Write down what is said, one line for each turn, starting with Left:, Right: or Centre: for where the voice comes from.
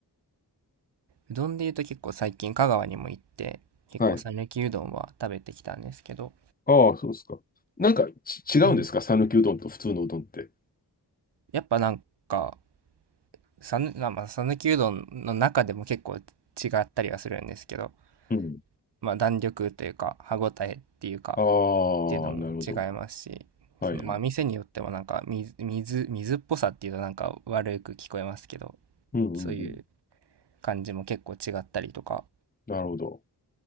Right: うどんで言うと結構最近香川にも行って、結構讃岐うどんは食べてきたんですけど、
Left: はい。ああ、そうですか。なんかち違うんですか讃岐うどんと普通のうどんって。
Right: うん。やっぱなんか、さぬ、まあまあ讃岐うどんの中でも結構違ったりはするんですけど、
Left: うん。
Right: まあ弾力というか歯ごたえっていうかっていうのも違いますし、
Left: ああ、なるほど。はいはい。
Right: そのまあ店によってもなんか水、水、水っぽさっていうとなんか悪く聞こえますけど、
Left: うんうんうん。
Right: そういう感じも結構違ったりとか、
Left: なるほど。